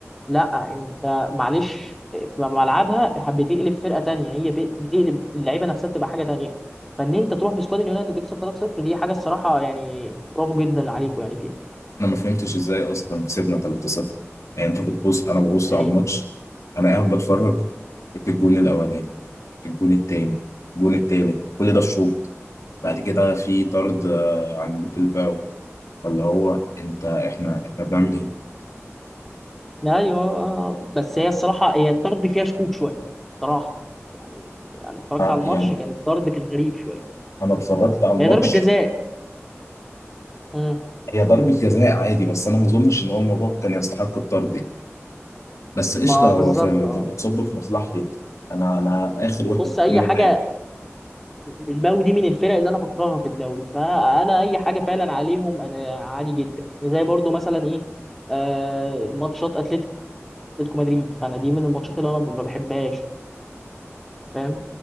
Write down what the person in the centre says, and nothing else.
لا انت معلش في ملعبها بتقلب فرقه تانية هي بت- بتقلب اللعيبه نفسها بتبقى حاجه تانية فان انت تروح بسكواد اليونايتد تكسب 3-0 دي حاجه الصراحه يعني برافو جدا عليكم يعني فيها
يعني
ايوه بس هي الصراحه هي الطرد فيها شكوك شويه الصراحه يعني انا اتفرجت
على الماتش
كان الطرد كان غريب شويه
هي ضربه جزاء امم
ما
بالظبط
اه
بص
اي
حاجه بالباو دي من الفرق اللي انا بكرهها في الدوري فانا اي حاجه فعلا عليهم انا عادي جدا يعني زي برضو مثلا ايه آه ماتشات اتلتيكو اتلتيكو مدريد فانا دي من الماتشات اللي انا ما بحبهاش فاهم